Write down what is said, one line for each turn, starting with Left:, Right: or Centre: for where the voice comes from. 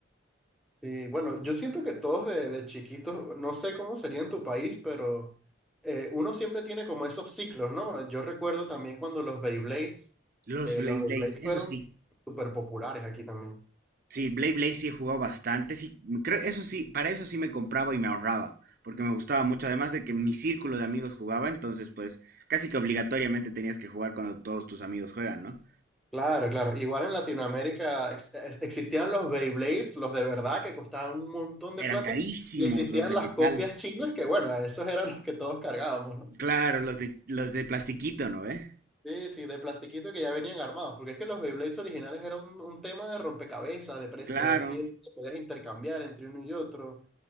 Centre: Sí, bueno, yo siento que todos de, de chiquitos, no sé cómo sería en tu país, pero eh, uno siempre tiene como esos ciclos, ¿no? Yo recuerdo también cuando los Beyblades,
Right: Los
Centre: eh,
Right: Blade
Centre: los Beyblades
Right: Blaze, eso
Centre: fueron
Right: sí.
Centre: súper populares aquí también.
Right: Sí, Blade Blade sí he jugado bastante, sí, creo, eso sí, para eso sí me compraba y me ahorraba, porque me gustaba mucho, además de que mi círculo de amigos jugaba, entonces pues casi que obligatoriamente tenías que jugar cuando todos tus amigos juegan, ¿no?
Centre: Claro, claro. Igual en Latinoamérica ex- ex- existían los Beyblades, los de verdad, que costaban un montón
Right: Eran
Centre: de plata,
Right: carísimos
Centre: y existían
Right: los de
Centre: las
Right: metal.
Centre: copias chinas, que bueno, esos eran los que todos cargábamos, ¿no?
Right: Claro, los de los de plastiquito, ¿no? ¿Eh?
Centre: Sí, sí, de plastiquito que ya venían armados, porque es que los Beyblades originales era un, un tema de rompecabezas, de, pres-
Right: Claro,
Centre: de piezas que podías intercambiar entre uno y otro.